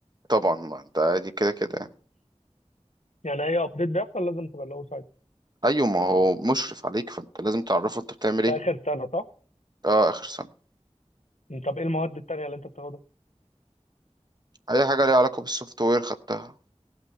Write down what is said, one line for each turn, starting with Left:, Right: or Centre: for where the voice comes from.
Right: طبعا ما ده دي كده كده يعني
Left: يعني اي ابديت بيحصل لازم تبلغوه ساعتها
Right: ايوه ما هو مشرف عليك فانت لازم تعرفه انت بتعمل
Left: ده
Right: ايه
Left: اخر سنه صح؟
Right: اه اخر سنة
Left: مم، طب ايه المواد التانيه اللي انت بتاخدها؟
Right: اي حاجة ليها علاقة بالسوفت وير خدتها